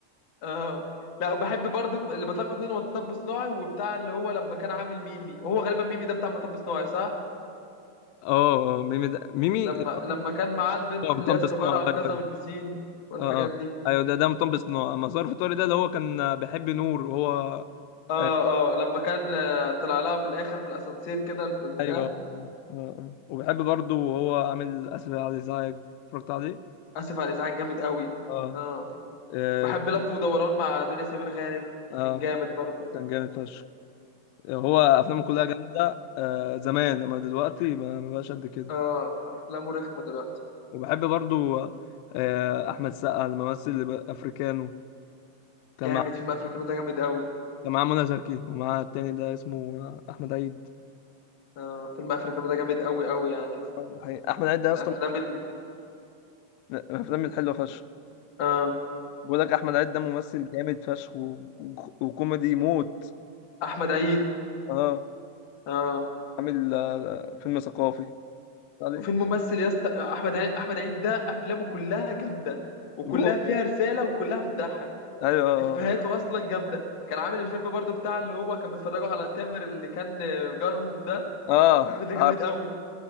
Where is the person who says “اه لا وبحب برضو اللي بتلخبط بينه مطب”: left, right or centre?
Left